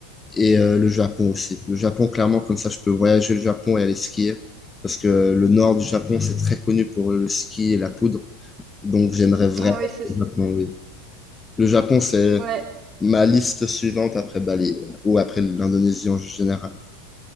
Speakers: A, on the left (about 15°); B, on the right (about 30°).
A: et euh, le Japon aussi. Le Japon, clairement, comme ça, je peux voyager le Japon et aller skier, parce que le nord du Japon, c'est très connu pour le ski et la poudre, donc j'aimerais vraiment
B: Ah oui, ça c'est
A: le Japon,
B: sûr.
A: oui. Le Japon, c'est
B: Ouais,
A: ma liste suivante après Bali, ouais, ou après l'Indonésie en général.